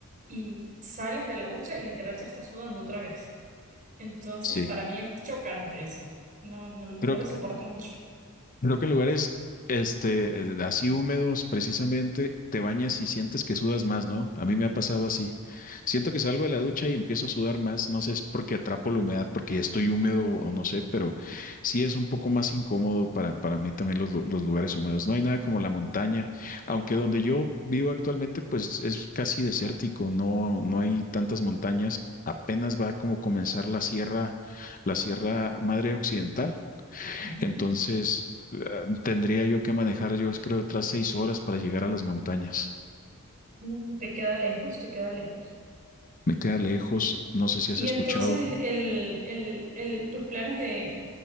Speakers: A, on the right (about 40°); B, on the left (about 40°).
A: y sales de la ducha y literal ya estás sudando otra vez. Entonces,
B: Sí.
A: para mí es chocante eso. No, no,
B: Creo,
A: no lo soporto mucho.
B: Creo que en lugares este, eh, así húmedos, precisamente, te bañas y sientes que sudas más, ¿no? A mí me ha pasado así. Siento que salgo de la ducha y empiezo a sudar más. No sé si es porque atrapo la humedad, porque ya estoy húmedo o no sé, pero sí es un poco más incómodo para, para mí también los, lu- los lugares húmedos. No hay nada como la montaña, aunque donde yo vivo actualmente, pues es casi desértico, no, no hay tantas montañas. Apenas va como comenzar la sierra, la Sierra Madre Occidental.
A: Ujú.
B: Entonces, eh, tendría yo que manejar, yo creo, otras seis horas para llegar a las montañas.
A: Mm, Te queda lejos, te queda lejos.
B: Me queda lejos, no sé
A: Y,
B: si
A: y
B: has escuchado.
A: entonces, el, el, el, tus planes de,